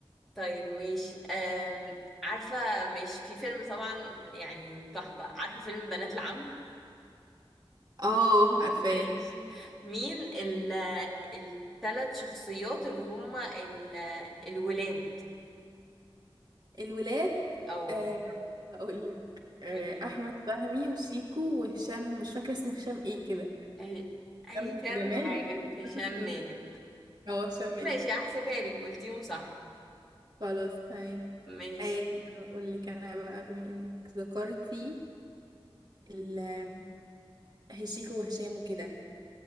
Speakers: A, in the centre; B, on the right.
A: طيب ماشي أم... عارفة ماشي في فيلم طبعا يعني تحفة عارفة فيلم بنات العم
B: اه عارفاه
A: ماشي مين ال التلات شخصيات اللي هما ال الولاد
B: الولاد
A: أو
B: أه هقول لك أه
A: قوليلي
B: احمد فهمي وشيكو وهشام مش فاكره اسمه هشام ايه كده
A: ه- هشام
B: هشام جمال
A: حاجة
B: بس مش
A: هشام
B: فاكره اسمه
A: ماجد
B: ايه هو هشام
A: ماشي
B: ايه
A: هحسبها لك قلتيهم صح
B: خلاص تمام
A: ماشي
B: أه هقول لك انا بقى بما انك ذكرتي ال- شيكو وهشام وكده